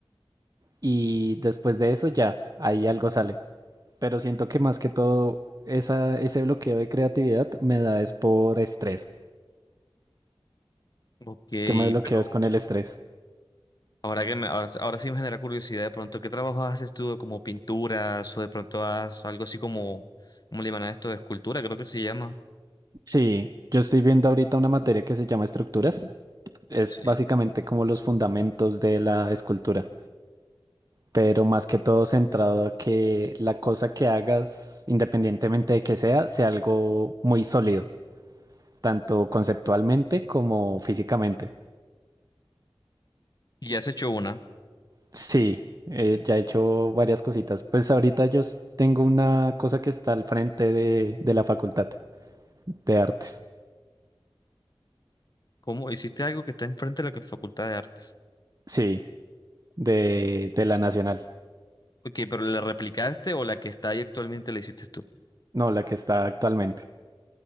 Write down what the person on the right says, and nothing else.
y después de eso ya, ahí algo sale. Pero siento que más que todo esa, ese bloqueo de creatividad me da es por estrés.
Yo me bloqueo
es con el estrés.
Sí, yo estoy viendo ahorita una materia que se llama estructuras. Es
básicamente como los fundamentos de la escultura, pero más que todo centrado a que la cosa que hagas, independientemente de que sea, sea algo muy sólido, tanto conceptualmente como físicamente.
Sí, eh, ya he hecho varias cositas. Pues ahorita yo s- tengo una cosa que está al frente de, de la Facultad de Artes.
Sí, de, de la Nacional.
No, la que está actualmente.